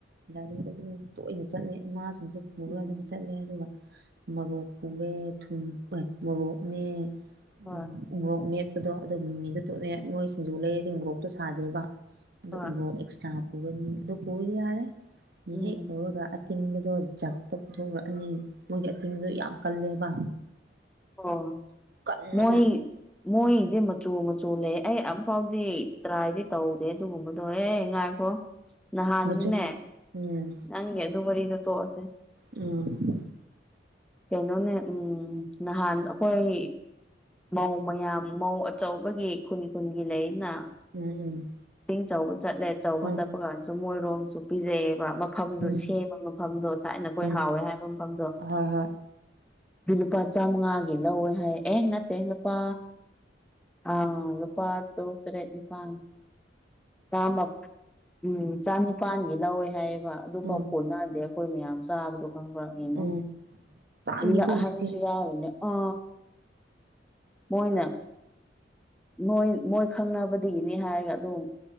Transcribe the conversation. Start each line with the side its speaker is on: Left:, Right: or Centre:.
Right: ꯒꯥꯔꯤꯗ ꯑꯗꯨꯝ ꯇꯣꯏꯅ ꯆꯠꯂꯦ ꯏꯃꯥꯁꯤꯡꯁꯨ ꯄꯨꯈꯔ
Centre: ꯎꯝ
Right: ꯑꯗꯨꯝ ꯆꯠꯂꯦ ꯑꯗꯨꯒ ꯃꯣꯔꯣꯛ ꯄꯨꯔꯦ ꯊꯨꯝ ꯐ ꯃꯣꯔꯣꯛꯅꯦ
Centre: ꯍꯣꯏ
Right: ꯎꯝ ꯃꯣꯔꯣꯛ ꯃꯦꯠꯄꯗꯣ ꯑꯗꯨ ꯃꯤꯃꯤꯗꯣ ꯇꯣꯠꯅꯦ ꯅꯣꯏ ꯁꯤꯡꯖꯨ ꯂꯩꯔꯗꯤ ꯃꯣꯔꯣꯛꯇꯣ ꯁꯥꯗꯦꯕ ꯑꯗꯣ
Centre: ꯍꯣꯏ
Right: ꯎꯕꯣꯛ ꯑꯦꯛꯁꯇ꯭ꯔꯥ ꯄꯨꯒꯅꯤ ꯑꯗꯨ ꯄꯨꯕꯗꯤ ꯌꯥꯔꯦ ꯃꯤ
Centre: ꯎꯝ
Right: ꯍꯦꯛ ꯍꯧꯔꯒ ꯑꯇꯤꯡꯕꯗꯣ ꯖꯠꯄ ꯄꯨꯊꯣꯛꯔꯛꯑꯅꯤ ꯃꯣꯏꯒꯤ ꯑꯇꯤꯡꯕꯗ ꯌꯥꯝ ꯀꯜꯂꯦꯕ
Centre: ꯑꯣ
Right: ꯈꯨꯀꯟ
Centre: ꯃꯣꯏ
Right: ꯑꯃ
Centre: ꯃꯣꯏꯗꯤ ꯃꯆꯨ ꯃꯆꯨ ꯂꯩ ꯑꯩ ꯑꯝꯐꯥꯎꯗꯤ ꯇ꯭ꯔꯥꯏꯗꯤ ꯇꯧꯗꯦ ꯑꯗꯨꯒꯨꯝꯕꯗꯣ ꯑꯦ ꯉꯥꯏ ꯑꯣ ꯅꯍꯥꯟꯁꯨꯅꯦ
Right: ꯃꯆꯨ ꯎꯝ
Centre: ꯅꯪꯒꯤ ꯑꯗꯨ ꯋꯥꯔꯤꯗꯣ ꯇꯣꯛꯑꯁꯦ
Right: ꯎꯝ
Centre: ꯀꯩꯅꯣꯅꯦ ꯎꯝ ꯅꯍꯥꯟ ꯑꯩꯈꯣꯏ ꯃꯧ ꯃꯌꯥꯝ ꯃꯧ ꯑꯆꯧꯕꯒꯤ ꯈꯨꯟ ꯈꯨꯟꯒꯤ ꯂꯩꯅ
Right: ꯎꯝ ꯎꯝ
Centre: ꯄꯤꯡ ꯆꯥꯎꯕ ꯆꯠꯂꯦ ꯑꯆꯧꯕ
Right: ꯎꯝ
Centre: ꯆꯠꯄ ꯀꯥꯟꯗꯁꯨ ꯃꯣꯏꯔꯣꯝꯁꯨ ꯄꯤꯖꯩꯑꯦꯕ ꯃꯐꯝꯗꯣ
Right: ꯎꯝ
Centre: ꯁꯦꯝꯕ ꯃꯐꯝꯗꯣ ꯊꯥꯏꯅ ꯑꯩꯈꯣꯏ
Right: ꯎꯝ
Centre: ꯍꯥꯎꯋꯦ ꯍꯥꯏꯕ ꯃꯐꯝꯗꯣ
Right: ꯍꯣꯏ ꯍꯣꯏ
Centre: ꯑꯗꯨ ꯂꯨꯄꯥ ꯆꯥꯝꯃꯉꯥꯒꯤ ꯂꯧꯋꯦ ꯍꯥꯏ ꯑꯦꯍ ꯅꯠꯇꯦ ꯅꯨꯨꯄꯥ ꯑ ꯅꯨꯄꯥ ꯇꯥꯔꯨꯛ ꯇꯔꯦꯠ ꯅꯤꯄꯥ ꯟ ꯆꯥꯝꯃꯥ ꯎꯝ ꯆꯥꯅꯤꯄꯥꯥꯟꯒꯤ ꯂꯧꯋꯦ ꯍꯥꯏꯌꯦꯕ ꯑꯗꯨꯐꯥꯎ
Right: ꯎꯝ
Centre: ꯀꯣꯟꯅꯗꯦ ꯑꯩꯈꯣꯏ ꯃꯌꯥꯝ ꯆꯥꯕꯗꯣ ꯈꯪꯕ꯭ꯔꯥ ꯌꯦꯡꯉꯣ
Right: ꯎꯝ ꯇꯥꯡꯉꯦꯀꯣ
Centre: ꯑꯗꯨꯗ
Right: ꯍꯧꯖꯤꯛꯇꯤ
Centre: ꯑꯍꯟꯁꯨ ꯌꯥꯎꯔꯤꯅꯦ ꯑ ꯃꯣꯏꯅ ꯃꯣꯏ ꯃꯣꯏ ꯈꯪꯅꯕꯗꯒꯤꯅꯤ ꯍꯥꯏꯔꯒ ꯑꯗꯨꯝ